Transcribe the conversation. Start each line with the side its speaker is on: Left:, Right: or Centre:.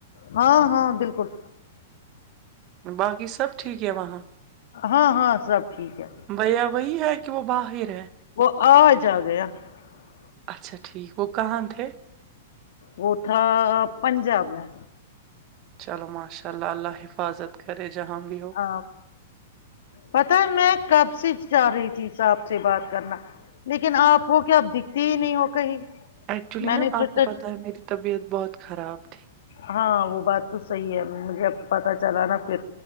Left: ہاں ہاں بالکل
Right: باقی سب ٹھیک ہے وہاں
Left: ہاں ہاں سب ٹھیک ہے
Right: بھیا وہی ہے کہ وہ باہر پیر
Left: وہ آ جد ہیں <unintelligible>
Right: اچھا ٹھیک گ کہاں تھ
Left: وہ تھا پنجاب میں
Right: چلو ماشاء اللہ اللہ حفاظت کرے جہاں بھی ہو
Left: ہ پتا ہے میں کب سے چاہ رہی تھی صا آحپ سے بات کرنا لیکن آپ کو کیا اب دکھتی ہی نہیں ہو کہیں
Right: ایکچولی
Left: میں
Right: نا
Left: نے سوچا
Right: آپ کو پتہ ہے میری طبیعت بہت خراب تھی
Left: ہاں وہ بات تو صحیح ہے مجھےب پت چلا نا پھر